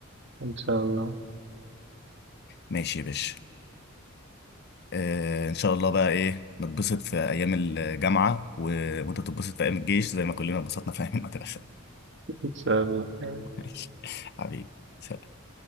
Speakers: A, on the right; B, on the left.
A: ان شاء الله
B: ماشي يا باشا آه ان شاء الله بقى ايه نتبسط في ايام الجامعه و... وانت تتبسط في ايام الجيش زي ما كلنا اتبسطنا في ايام المدرسه
A: ان شاء الله
B: <laughs> ماشي حبيبي سلام.